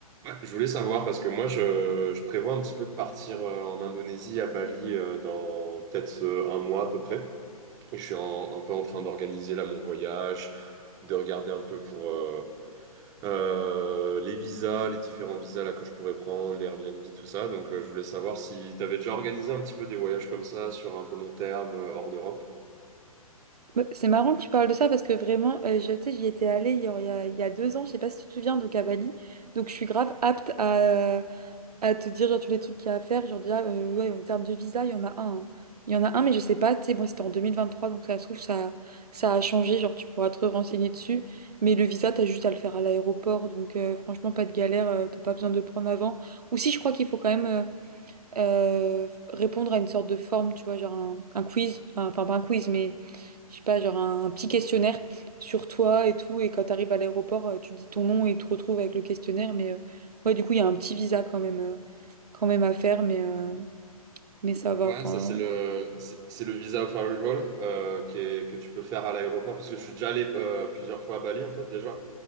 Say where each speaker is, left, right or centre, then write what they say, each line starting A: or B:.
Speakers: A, on the right (about 20°); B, on the right (about 90°).
A: Ouais, je voulais savoir parce que moi je, je prévois un petit peu de partir euh, en Indonésie à Bali euh, dans peut-être euh, un mois à peu près. Et je suis en- un peu en train d'organiser là mon voyage, de regarder un peu pour euh, euh, les visas, les différents visas là que je pourrais prendre, les Airbnb, tout ça. Donc euh, je voulais savoir si tu avais déjà organisé un petit peu des voyages comme ça sur un peu long terme euh, hors d'Europe.
B: Bah, C'est marrant que tu parles de ça parce que vraiment, euh, je, tu sais, j'y étais allée il y a, il y a il y a deux ans, je sais pas si tu te souviens, donc à Bali. Donc je suis grave apte à, à te dire genre, tous les trucs qu'il y a à faire. Genre déjà, euh, ouais, en termes de visa, il y en a un. hein. Il y en a un, mais je sais pas, tu sais, moi c'était en 2023, donc ça se trouve, ça, ça a changé, genre tu pourras te renseigner dessus. Mais le visa, t'as juste à le faire à l'aéroport, donc euh, franchement, pas de galère, euh, t'as pas besoin de le prendre avant. Ou si, je crois qu'il faut quand même. euh, euh, répondre à une sorte de forme, tu vois, genre un, un quiz, enfin pas un quiz, mais je sais pas, genre un, un petit questionnaire sur toi et tout. Et quand tu arrives à l'aéroport, euh, tu dis ton nom et tu te retrouves avec le questionnaire. Mais euh, ouais, du coup, il y a un petit visa quand même, euh, quand même à faire, mais, euh, mais ça va.
A: Ouais,
B: Enfin,
A: ça c'est le c'est c'est le visa of arrival euh, qui est- que tu peux faire à l'aéroport parce que je suis déjà allé euh, plusieurs fois à Bali en fait déjà.